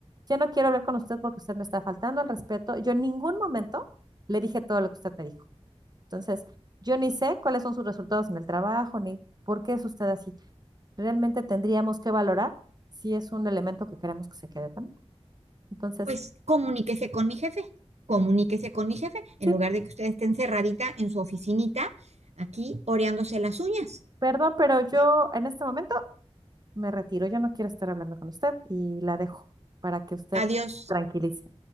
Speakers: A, on the right; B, on the right.
A: ya no quiero hablar con usted porque usted me está faltando al respeto. Yo en ningún momento le dije todo lo que usted me dijo. Entonces, yo ni sé cuáles son sus resultados en el trabajo, ni por qué es usted así. Realmente tendríamos que valorar si es un elemento que queremos que se quede también. Entonces,
B: Pues comuníquese con mi jefe, comuníquese con mi jefe,
A: sí,
B: en lugar de que usted esté encerradita en su oficinita, aquí oreándose las uñas.
A: perdón, pero yo
B: ¿eh?
A: en este momento me retiro, yo no quiero estar hablando con usted y la dejo para que usted
B: Adiós.
A: tranquilice. Hasta